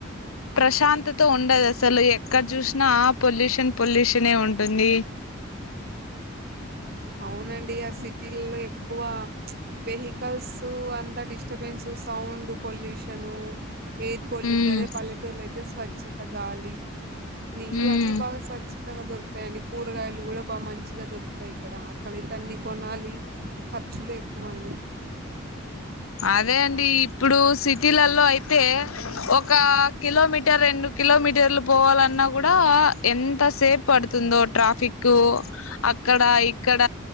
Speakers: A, on the left; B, on the right.
A: ప్రశాంతతా ఉండదు అసలు ఎక్కడ చూసినా ఆ పొల్యూషన్ పొల్యూషనే ఉంటుంది
B: అవునండి ఆ సిటీలల్లో ఎక్కువ వెహికల్సు అంత disturbance sound pollution air pollution
A: ఉమ్
B: అదే పల్లెటూరులో అయితే స్వచ్ఛత గాలి నీరు
A: ఉమ్
B: అన్ని బాగా స్వచ్ఛతగా దొరుకుతాయండి కూరగాయలు కూడా బాగా మంచి గా దొరుకుతాయి ఇక్కడ అక్కడైతే అన్ని కొనాలి ఖర్చులు ఎక్కువ అండి
A: అదే అండి ఇప్పుడు సిటీలలో అయితే ఒక కిలోమీటర్ రెండు కిలోమీటర్లు పోవాలన్నా కూడా ఎంత సేపూ పడుతుందో ట్రాఫిక్ అక్కడ ఇక్కడ